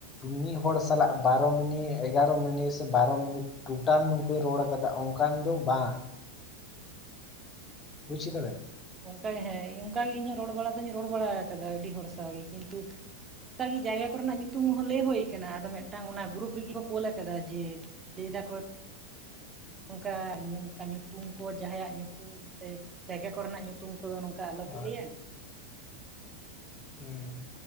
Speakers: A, on the left; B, on the right.
A: ᱢᱤᱫ ᱦᱚᱲ ᱥᱟᱞᱟᱜ ᱵᱟᱨᱚ ᱢᱤᱱᱤ ᱮᱜᱟᱨᱚ ᱢᱤᱱᱤᱴ ᱥᱮ ᱵᱟᱨᱚ ᱢᱤᱱᱤᱴ ᱴᱳᱴᱟᱞ ᱱᱚᱝᱠᱚᱭ ᱨᱚᱲ ᱠᱟᱫᱟ ᱚᱱᱠᱟᱱ ᱫᱚ ᱵᱟᱝ
B: <inaudible>
A: ᱵᱩᱡ ᱠᱮᱫᱟᱵᱤᱱ
B: ᱚᱱᱠᱟᱜᱮ ᱦᱮᱸ ᱚᱱᱠᱟᱜᱮ ᱤᱧ ᱦᱚᱸ ᱨᱚᱲ ᱵᱟᱲᱟ ᱫᱩᱧ ᱨᱚᱲ ᱵᱟᱲᱟ ᱠᱟᱫᱟ ᱟᱹᱰᱤ ᱦᱚᱲ ᱥᱟᱶᱜ ᱜᱮ ᱠᱤᱱᱛᱩ ᱚᱱᱠᱟᱜᱮ ᱡᱟᱭᱜᱟ ᱠᱚᱨᱮᱱᱟᱜ ᱧᱩᱛᱩᱢ ᱦᱚᱸ ᱞᱟᱹᱭ ᱦᱳᱭ ᱠᱟᱱᱟ ᱟᱫᱚ ᱢᱤᱫᱴᱟᱝ ᱚᱱᱟ ᱜᱨᱩᱯ ᱨᱮᱜᱮ ᱠᱚ ᱠᱳᱞ ᱠᱟᱫᱟ ᱡᱮ ᱫᱟᱹᱭ ᱫᱟ ᱠᱚ ᱱᱚᱝᱠᱟ ᱱᱚᱝᱠᱟ ᱧᱩᱛᱩᱢ ᱠᱚ ᱡᱟᱦᱟᱸᱭᱟᱜ ᱧᱩᱛᱩᱢ ᱥᱮ ᱡᱟᱭᱜᱟ ᱠᱚᱨᱮᱱᱟᱜ ᱧᱩᱛ ᱛᱩᱢ ᱠᱚᱫᱚ ᱱᱚᱝᱠᱟ ᱟᱞᱚᱯᱮ
A: ᱦᱳᱭ
B: ᱞᱟᱹᱭᱟ
A: ᱦᱮᱸ